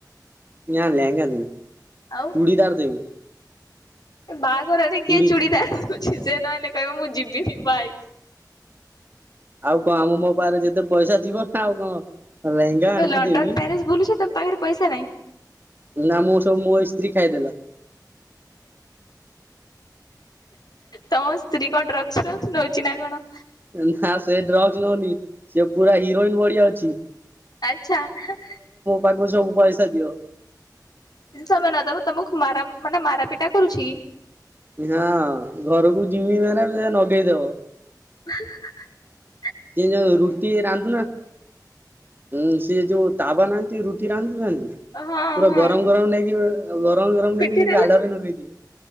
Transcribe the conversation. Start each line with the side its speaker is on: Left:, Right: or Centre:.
Right: ନାଁ ଲେହେଙ୍ଗା ନୁହୁ
Left: ଆଉ
Right: ଚୁଡ଼ିଦାର ଦେବି।
Left: ବାହାଘରରେ
Right: ଚୁଡ଼ି
Left: କିଏ ଚୁଡ଼ିଦାର ହୁଁ। ସେ ନହେଲେ କହିବ ମୁଁ ଯିବିନି ବାଇକି
Right: ଆଉ କଣ ଆମ ମୋ ପାହାରେ ଯେତେ ପଇସା ଥିବ ନା ଆଉ କଣ? ଲେହେଙ୍ଗା
Left: ତମେ
Right: ଆଣିକି
Left: ଲଣ୍ଡନ
Right: ଦେବି
Left: ପ୍ୟାରିସ ବୁଲୁଛ ତମ ପାଖରେ ପଇସା ନାଇଁ?
Right: ନା ମୁଁ ସବୁ ମୋ ଇସ୍ତ୍ରୀ ଖାଇଦେଲା।
Left: ତମ ସ୍ତ୍ରୀ କଣ ଡ୍ରଗସ ଫ୍ରଗସ ନଉଛି ନା କଣ?
Right: ନା ସେ ଡ୍ରଗସ ନଉନି ସେ ପୁରା ହିରୋଇନ ବଢିଆ ଅଛି।
Left: ଆଚ୍ଛା ହା
Right: ପାକୁ ସବୁ ପାଇସା ଦିଅ।
Left: ତମେ ନଦବ ତମକୁ ମାରା ମାନେ ମାରାପିଟା କରୁଛି କି?
Right: ହଁ ଘରକୁ ଯିମି ମାନେ ସେ ନଗେଇଦବ।
Left: ହ <unintelligible>
Right: ସିଏ ଯୋଉ ରୁଟି ରାନ୍ଧୁ ନାଁ ଉଁ ସିଏ ଯୋଉ ତାବା ନାହାନ୍ତି ରୁଟି ରାନ୍ଧୁ ନାହାନ୍ତି
Left: ହଁ
Right: ପୁରା
Left: ହଁ
Right: ଗରମ ଗରମ ନେଇକି ଆଉ ଗରମ ଗରମ
Left: ପିଟି
Right: ନେଇକି ମୁଁ
Left: ଦେଲେ
Right: ଗାଲରେ ନଗେଇଦିଏ